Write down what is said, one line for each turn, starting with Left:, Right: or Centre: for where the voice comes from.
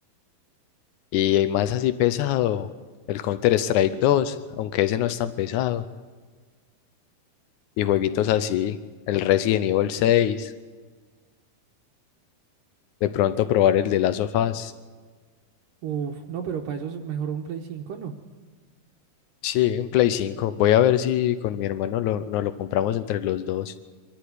Left: y más así pesado, el Counter-Strike dos aunque ese no es tan pesado. Y jueguitos así, el Resident Evil seis de pronto probar el de Last of Us.
Right: Uf, no, pero para eso es mejor un Play cinco ¿no?
Left: Sí, un Play cinco Voy a ver si con mi hermano lo, nos lo compramos entre los dos